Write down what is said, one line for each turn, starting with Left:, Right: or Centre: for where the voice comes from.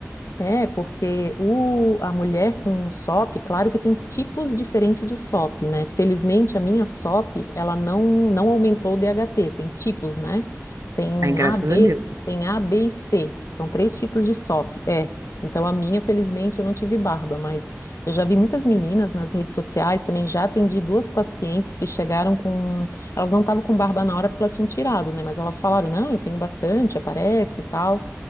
Left: É, porque o, a mulher com SOP, claro que tem tipos diferentes de SOP, né? Felizmente, a minha SOP, ela não, não aumentou o DHT, tem tipos, né? Tem
Right: Ai, graças
Left: A, B,
Right: a Deus.
Left: tem A, B e C, são três tipos de SOP, é. Então, a minha, felizmente, eu não tive barba, mas eu já vi muitas meninas nas redes sociais, também já atendi duas pacientes que chegaram com... Elas não estavam com barba na hora porque elas tinham tirado, né? Mas elas falaram, não, eu tenho bastante, aparece e tal.